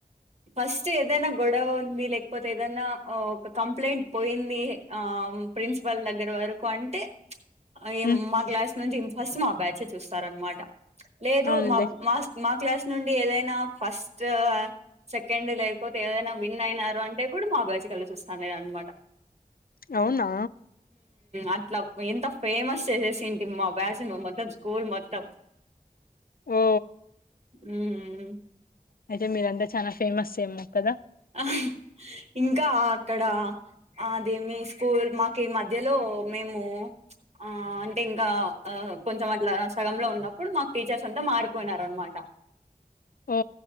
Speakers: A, on the right; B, on the left.
A: ఫస్ట్ ఏదైనా గొడవ ఉంది లేకపోతే ఏదైనా ఒక కంప్లైంట్ పోయింది ఆ ప్రిన్సిపాల్ దగ్గర వరకు అంటే ప్చ్. అ ఏం
B: మ్మ్
A: మా క్లాస్ నుంచి ఫస్ట్ మా బ్యాచే చూస్తారు అనమాట లేదు
B: అవునులే
A: మా మార్స్ మాక్ క్లాస్ నుండి ఏదైనా ఫస్ట్ సెకండ్ లేకపోతే ఏదైనా విన్ అయినారు అంటే కూడా మా బ్యాచ్ కల్సొస్తుందనేది అన్మాట
B: అవునా
A: అట్లా ఎంత ఫేమస్ చేసేసింటిం మా బ్యాచ్ ని మొత్తం స్కూల్ మొత్తం
B: ఓ
A: మ్మ్
B: అయితే మీరంతా చానా ఫేమస్ ఏమ్మో కదా
A: అహ్ ఇంకా అక్కడ అదేమి స్కూల్ మాకు ఈ మధ్యలో మేము ప్చ్ ఆ అంటే ఇంకా కొంచం అట్లా సగంలో ఉన్నప్పుడు మాకు టీచర్స్ అంతా మారిపోయినారు అనమాట.
B: ఓ